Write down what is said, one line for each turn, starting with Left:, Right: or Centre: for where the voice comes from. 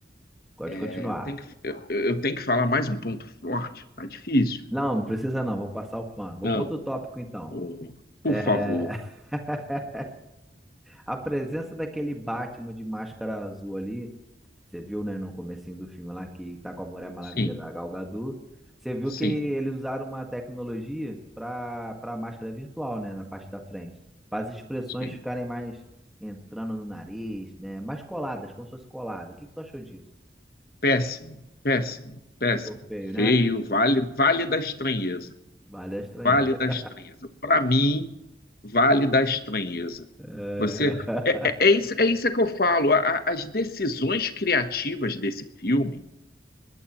Centre: Pode continuar.
Left: É, eu tenho que, eu, eu tenho que falar mais um ponto forte, tá difícil.
Centre: Não, não precisa não, vou passar o pano. Vou
Left: Não,
Centre: para outro tópico então.
Left: ô, por
Centre: É,
Left: favor.
Centre: <laughs> a presença daquele Batman de máscara azul ali, você viu, né, no comecinho do filme lá que tá com a Mulher Maravilha
Left: Sim,
Centre: da Gal Gadot, você viu
Left: sim,
Centre: que eles usaram uma tecnologia para para máscara virtual, né, na parte da frente, para as expressões
Left: sim.
Centre: ficarem mais entrando no nariz, né, mais coladas, como se fosse colada. O que que tu achou disso?
Left: Péssimo, péssimo, péssimo.
Centre: Ficou feio, né?
Left: Feio, vale, vale da estranheza.
Centre: Vale a estranheza.
Left: Vale da Estranheza. Para mim, Vale da Estranheza.
Centre: <laughs>
Left: Você é, é- é
Centre: É.
Left: isso, é isso que eu falo. a- a- as decisões criativas desse filme.